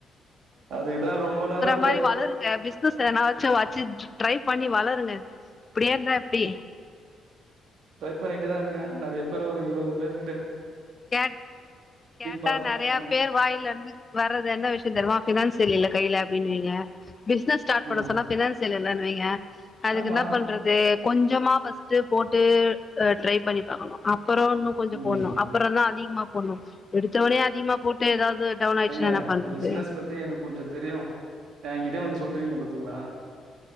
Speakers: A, on the right (about 70°); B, on the left (about 30°).
A: அதுக்குதான் ரொம்ப நேரம்
B: மாதிரி வளருங்க பிஸ்னஸ்ல எதனா வச்சு ட்ரை பண்ணி வளருங்க இப்படியே இருந்த எப்படி
A: ட்ரை பண்ணிட்டு தா இருக்கே நிறைய பேர் ஒரு இருபது பேரு கிட்ட
B: கேட் கேட்டா
A: பாத்துட்ருக்கே
B: நிறைய பேர் வாயிலேர்ந்து வர்றது என்ன விஷயம் தெரியுமா பினான்சியல் இல்ல கைல அப்டினுவீங்க பிசினஸ் ஸ்டார்ட் பண்ண
A: ஆமா
B: சொன்னா பினான்சியல் இல்லன்னுவீங்க அதுக்கு
A: ஆமா
B: என்ன பண்றது கொஞ்சமா பஸ்ட் போட்டு டு ட்ரை பண்ணி பாக்கனோ அப்பறம் இன்னும் கொஞ்ச
A: ம்
B: போடனு அதிகமா போண்ணோ எடுத்தவனே அதிகமா போட்டு ஏதாவது டவுன் ஆயிடுச்சுன்னா
A: எங்க
B: என்ன பண்றது
A: பிசினஸ் பத்தி எனக்கு கொஞ்சோ தெரியும் எங்கிட்ட வந்து சொல்றீங்களா பாத்தீங்களா